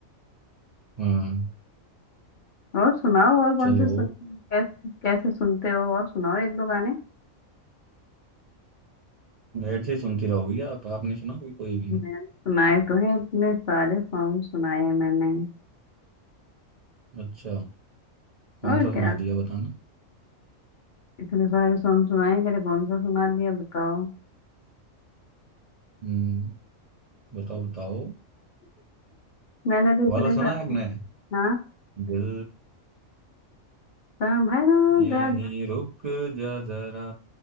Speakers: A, on the right (about 50°); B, on the left (about 50°).
A: हाँ
B: और सुनाओ और कौन
A: चलो
B: से सुन कैसे कैसे सुनते हो और सुनाओ एक दो गाने
A: मेरे से ही सुनती रहोगी आप आपने सुना होगी कोई भी
B: मैंने सुनाए तो हैं इतने सारे सॉन्ग सुनाए हैं मैंने
A: अच्छा कौन
B: और
A: सा
B: क्या
A: सुना दिया बताना
B: इतने सारे सॉन्ग सुनाए कि अरे कौन सा सुना दिया बताओ
A: हम्म बताओ बताओ
B: मैंने तो
A: वो
B: इतने
A: वाला सुना
B: सारे
A: है आपने
B: हाँ
A: दिल
B: संभरो
A: यहीं
B: गाजा
A: रुक जा जरा